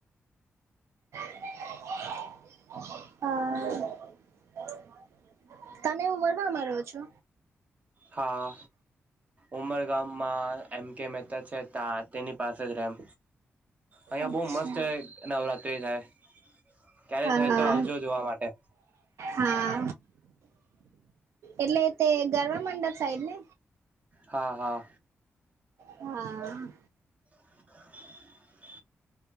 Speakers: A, on the right; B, on the right.
A: હ તમે ઉંમરગામ મા રહો છો.
B: હા ઉમરગામમાં એમ કે મહેતા છે ત તેની પાસે જ રેમ અહિયાં
A: અચ્છા
B: બહુ મસ્ત નવરાત્રિ થાય. ક્યારે
A: હા
B: થાય તો આવજો જોવા માટે.
A: હા એટલે તે ગરવા મંડપ સાઈડ ને
B: હા હા
A: હા
B: બ